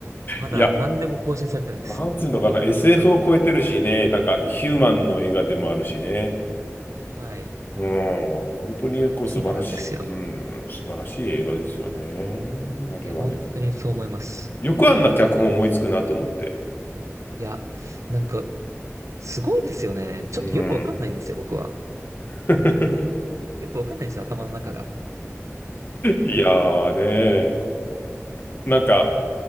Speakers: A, on the right; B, on the left.
A: まだ何年も更新されてないです。
B: いや、なんつうのかな、SF を超えてるしね、なんかヒューマンの映画でもあるしね。
A: はい。
B: うん、本当にこう素晴らしい、
A: そうなんですよ。
B: うん、素晴らしい映画ですよね。あれはね。
A: いや、本当にそう思います。
B: よくあんな脚本思いつくなと思って。
A: いや、なんか、すごいですよね。ちょっとよくわかんないんですよ、
B: うん。
A: 僕は。
B: <laughs>
A: よくわかんないんですよ、頭の中が。
B: いやーね
A: 本当に。
B: ーなんか、